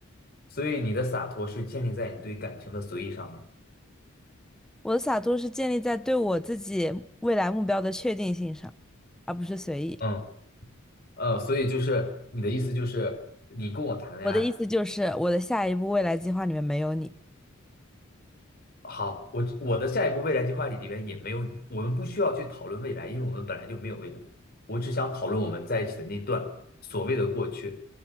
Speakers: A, on the left (about 45°); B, in the centre.
A: 所以你的洒脱是建立在你对感情的随意上吗？
B: 我的洒脱是建立在对我自己未来目标的确定性上，而不是随意。
A: 嗯，呃，所以就是你的意思就是你跟我谈恋爱。
B: 我的意思就是，我的下一步未来计划里面没有你。
A: 好，我我的下一步未来计划里里边也没有你，我们不需要去讨论未来，因为我们本来就没有未来。我只想讨论我们在一起的那段所谓的过去。